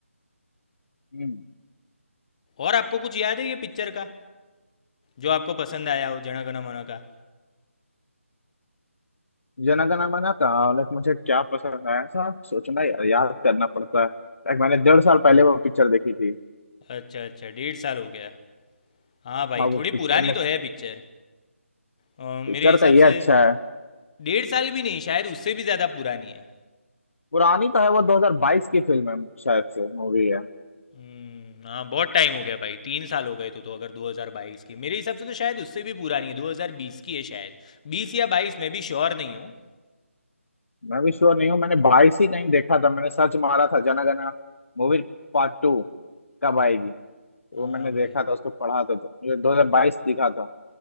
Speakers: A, on the left; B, on the left.
A: हम्म
B: और आपको कुछ याद है ये पिक्चर का जो आपको पसंद आया हो जन गण मन का
A: जनगण मना था लाइक मुझे क्या पसंद आया था सोचना यार याद करना पड़ता है लाइक मैंने डेढ़ साल पहले वो पिक्चर देखी थी
B: अच्छा अच्छा डेढ़ साल हो गया हाँ भाई
A: हाँ वो
B: थोड़ी
A: पिक्चर
B: पुरानी
A: में
B: तो है पिक्चर अ, मेरे
A: पिक्चर
B: हिसाब
A: का ये अच्छा
B: से
A: है
B: डेढ़ साल भी नहीं शायद उससे भी ज़्यादा पुरानी है
A: पुरानी तो है वो 2022 की फिल्म है शायद से मूवी है
B: हम्म, हाँ बहुत टाइम हो गया भाई तीन साल हो गए तो तो अगर 2022 की मेरे हिसाब से तो शायद उससे भी पुरानी है 2020 की है शायद 20 या 22 मैं भी श्योर नहीं हूँ
A: मैं भी श्योर नहीं हूँ मैंने 22 ही कहीं देखा था मैंने सर्च मारा था Jana Gana movie part two कब आएगी तो
B: हाँ
A: वो मैंने देखा
B: भाई
A: था उसको पढ़ा था तो मुझे 2022 दिखा था